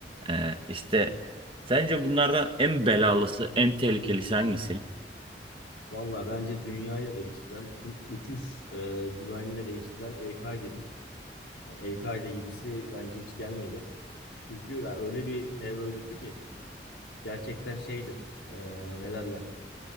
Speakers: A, on the right; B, on the left.
A: e, işte sence bunlardan en belalısı, en tehlikelisi hangisi?
B: Valla bence dünyayı da değiştiren, tüm uçuş e, güvenliğini de değiştiren El-Kaide'dir. Yani El-Kaide gibisi bence hiç gelmedi. Çünkü ya öyle bir terör örgütü ki gerçekten şeydir. e, ne derler?